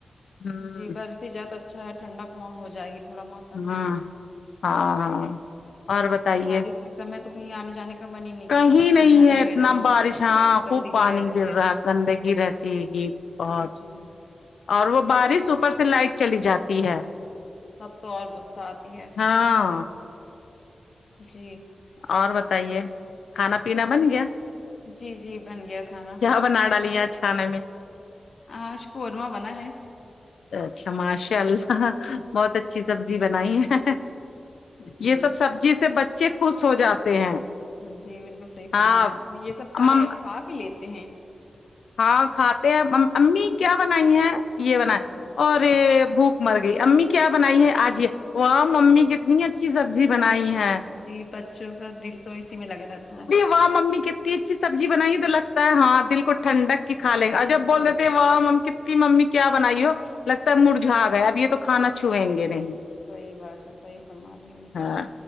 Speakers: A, on the left; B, on the left.
A: ہوں
B: جی برسی جات تو اچھا ہے ٹھنڈک م ہو جائے گی تھوڑا موسم
A: ہاں
B: میں
A: ہاں ہاں اور بتائیے
B: بارش سمے تو کہیں آنے جانے کا من ہی نہیں
A: کہیں
B: کرتا لگتا
A: نہیں
B: گھر
A: ہے
B: ہی
A: اتنا
B: میں رہو
A: بارش ہاں
B: گندگی
A: خوب پانی
B: رہتی
A: گر
B: ہے
A: رہا گندگی رہتی گی بہت
B: جی
A: اور وہ بارش ہو او پر سے لائٹ چلی جاتی ہے
B: تب تو اور غصہ آتی ہے
A: ہاں
B: جی
A: اور بتائیے کھانا پینا بن گیا
B: جی جی بن گیا کھا نا
A: کیا بنا ڈالی ہے آج کھانے میں
B: آج قورمہ بنا ہے
A: اچھا ماشاء اللہ بہت اچھی سبزی بنائی ہے
B: جی
A: یہ سب سبزی سے بچے خوش ہو جاتے ہیں
B: جی بالکل صحیح فرمایا
A: ہاں
B: آپ نے یہ سب کھانے
A: مم
B: کھا بھی لیتے ہیں
A: ہاں کھاتے ہیں مم امی کیا بنائی ہے یہ بنا ئی
B: جی
A: ارے بھوک مرگئی امی کیا بنائی ہے آج یہ واؤ ممی کتنی اچھی سبزی بنائی ہے
B: جی بچوں کا دل تو اسی میں لگا رہتا ہے
A: واؤ ممی کتنی اچھی سبزی بنائی ہو تو لگتا ہے ہاں دل کو ٹھڈک کی کھالیں گا اور جب بول
B: جی
A: دیتے ہیں ہا مم کتتی ممی کیا بنائی ہو لگتا ہے مرجھا گیا اب یہ تو کھانا چھوئیں گے نہیں
B: صحیح بات ہے صحیح فرما رہی ہیں بالکل
A: ہاں
B: آپ